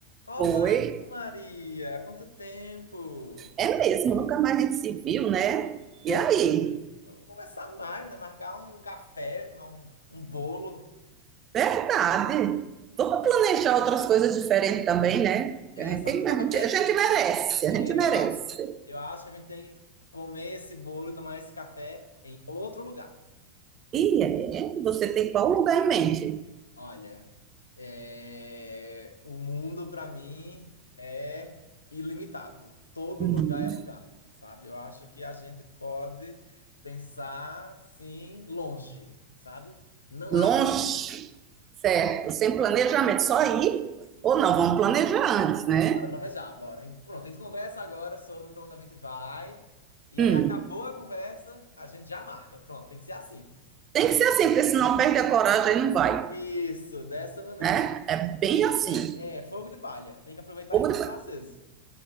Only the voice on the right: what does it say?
Foi.
É mesmo, nunca mais a gente se viu, né?
E aí?
Verdade. Vamos planejar outras coisas diferentes também, né?
A gente,
tem-
a gente-
a gente merece, a
gente merece.
E é, você tem qual lugar em mente?
Hum,
Longe,
certo? Sem planejamento, só ir? Ou não, vamos planejar antes,
né?
Hum,
Tem que ser assim, porque senão perde a coragem e não vai,
né? É bem
assim.
Fogo
de...